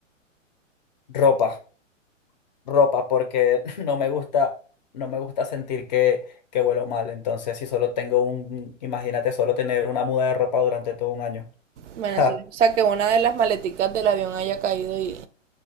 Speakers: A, on the left; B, on the right.
A: ropa, ropa, porque <laughs> no me gusta, no me gusta sentir que, que huelo mal. Entonces, si solo tengo un, imagínate solo tener una muda de ropa durante todo un año. <laughs>
B: Bueno,
A: Ja,
B: sí. O sea, que una de las maleticas del avión haya caído y,